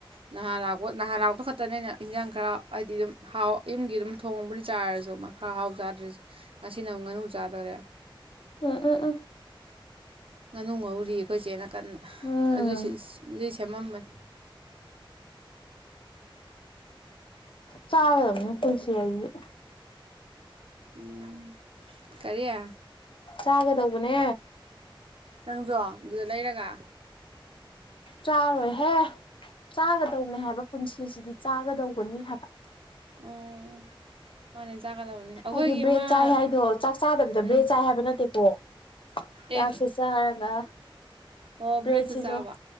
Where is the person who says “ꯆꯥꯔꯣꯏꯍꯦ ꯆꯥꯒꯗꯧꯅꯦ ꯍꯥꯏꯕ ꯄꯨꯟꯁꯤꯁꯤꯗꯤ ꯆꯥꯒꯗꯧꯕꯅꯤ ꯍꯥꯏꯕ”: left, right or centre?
Left